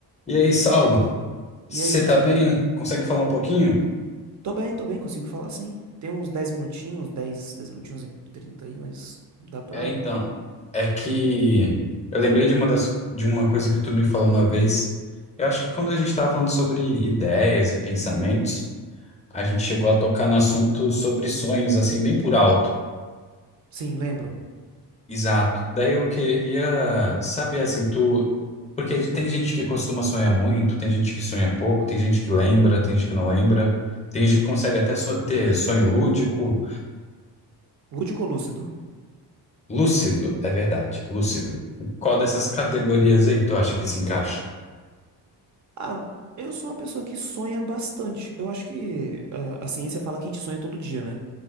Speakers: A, on the left; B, on the right.
A: E aí, Saulo, você
B: E aí?
A: tá bem? Consegue falar um pouquinho?
B: Tô bem, tô bem, consigo falar sim. Tem uns dez minutinhos, dez dez minutinhos e 30 aí, mas dá pra.
A: É, então, é que eu lembrei de uma das, de uma coisa que tu me falou uma vez. Eu acho que quando a gente estava falando sobre ideias e pensamentos, a gente chegou a tocar no assunto sobre sonhos, assim, bem por alto.
B: Sim, lembro.
A: Exato. Daí eu queria saber, assim, tu... Porque tem gente que costuma sonhar muito, tem gente que sonha pouco, tem gente que lembra, tem gente que não lembra, tem gente que consegue até so- ter sonho lúdico.
B: Lúdico ou lúcido?
A: Lúcido, é verdade, lúcido. Qual dessas categorias aí tu acha que se encaixa?
B: Ah, eu sou uma pessoa que sonha bastante. Eu acho que ah, a ciência fala que a gente sonha todo dia, né?